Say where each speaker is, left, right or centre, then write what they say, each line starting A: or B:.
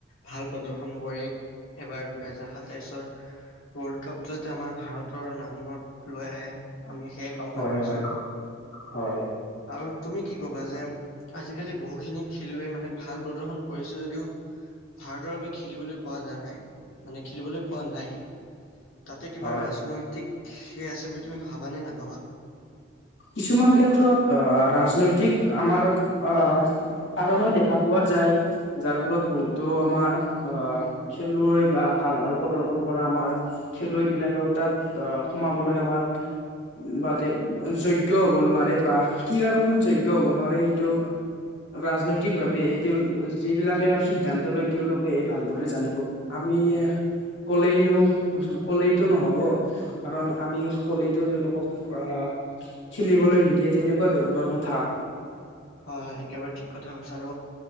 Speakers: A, on the left; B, on the left.
A: ভাল প্ৰদৰ্শন কৰে এবাৰ দুহেজাৰ সাতাইশৰ ৱৰ্ল্ড কাপটো যদি আমাৰ ভাৰতৰ নামত লৈ আহে আমি সেয়াই কামনা
B: হয়
A: কৰিছো
B: হয় হয়
A: আৰু তুমি কি ক'বা যে আজিকালি বহুখিনি খেলুৱৈ মানে ভাল প্ৰদৰ্শন কৰিছে যদিও ভাৰতৰ বাবে খেলিবলৈ পোৱা যা নাই মানে খেলিবলৈ পোৱা নাই তাতে কিবা
B: হয়।
A: ৰাজনৈতিক সে আছে বুলি তুমি ভাবা নে নাভাবা।
B: কিছুমান ক্ষেত্ৰত আহ ৰাজনৈতিক আমাৰ আহ কাৰণো দেখা পোৱা যায় যাৰ ফলত বহুতো আমাৰ অ খেলুৱৈ বা ভাল ভাল প্ৰদৰ্শন কৰা আমাৰ খেলুৱৈ বিলাক ত সোমাবলৈ আমাৰ ফালে যোগ্য- হ'ব নোৱাৰে বা কি কাৰণত যোগ্য হ'ব নোৱাৰে সেইটো ৰাজনৈতিক ভাৱে তেওঁ যিবিলাক সিদ্ধান্ত লৈ তেওঁলোকেহে ভালদৰে জানিব আমি- কলেইনো কলেইতটো নহব কাৰণ আমি কলেইটো তেওঁলোকক আহ খেলিবলৈ নিদিয়ে তেনেকুৱা ধৰণৰ কথা
A: হয় হয় একেবাৰে ঠিক কথা হৈছে। আৰু